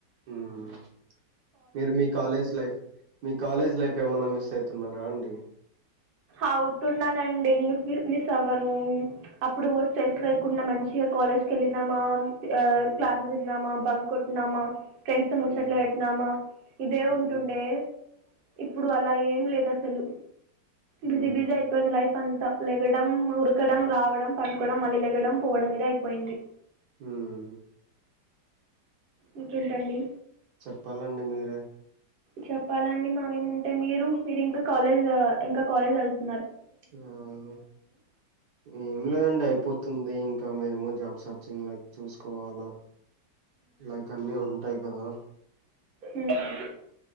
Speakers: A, on the right (about 60°); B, on the right (about 75°).
A: ఉమ్మ్ మీరు మీ కాలేజ్ లైఫ్ మీ కాలేజ్ లైఫ్ ఏమన్నా మిస్ అయితున్నారా అండి
B: అవుతున్నానండి ఎందుకు మిస్ అవ్వను అప్పుడు స్ట్రెస్ లేకుండా మంచిగా కాలేజ్ కేళ్ళినామా ఆ
A: మ్మ్
B: క్లాసెస్ విన్నామా బంక్ కొట్టిన్నామా ఫ్రెండ్స్ తో ముచ్చట్లు
A: మ్మ్
B: పెట్నామా ఇదే
A: మ్మ్
B: ఉంటుండే ఇప్పుడు అలా ఏం లేదు అసలు
A: మ్మ్
B: బిజీ బిజీ అయిపోయింది లైఫ్ అంతా లెగడం ఉరకడం
A: మ్మ్
B: రావడం పండు కొడం మళ్ళి లెగడం పోవడం ఇదే అయిపోయింది
A: ఉమ్మ్
B: ఇంకేంటండి
A: చెప్పాలండి మీరే
B: చెప్పాలండి మావేముంటయ్ మీరు మీరు ఇంకా కాలేజ్ ఇంకా కాలేజ్ ఎళ్తు
A: మ్మ్ ఏం లేదండి అయిపోతుంది ఇం కా మేము జాబ్ సెర్చింగ్ లైక్ చూసుకోవాలా లైక్ అన్ని ఉంటాయి కదా
B: ఉమ్మ్